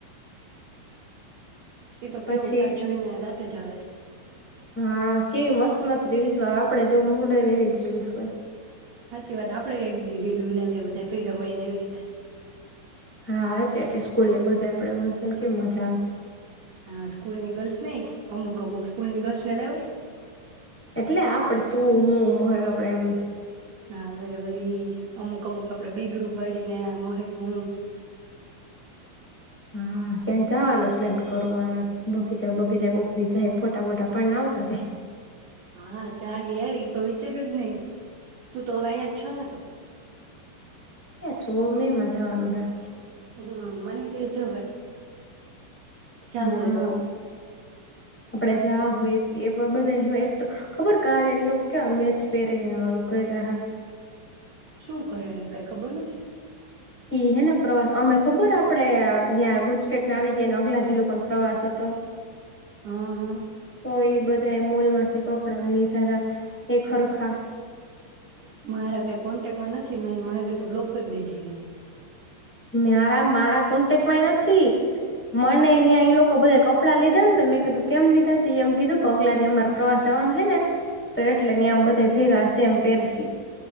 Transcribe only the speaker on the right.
ઈ તો
કેવું કાં જોઈ ને દાત ત જ આવે.
હાચી વાત, આપણેેય એક દિ રીલ બનાવીએ બધા ભેગા મળી ને એવી રીતે.
હા સ્કૂલની ગર્લ્સ નહી, અમુક અમુક સ્કૂલની ગર્લ્સને લેવાય.
હા બરાબર એ અમુક અમુક આપડે બી ગ્રુપ વાળીને મોરિક હું
હા ચાલ યાર એ તો વિચાર્યું જ નહી. તું તો હવે અહી જ છો ને તો.
હમ મને કે જે હવે. જવું
હોય તો
શું કરે કઈ ખબર નથી.
હા હા.
મારા કયા કોન્ટેક્ટમાં નથી મેઈન મને તો બ્લોક કરી દેધી એને.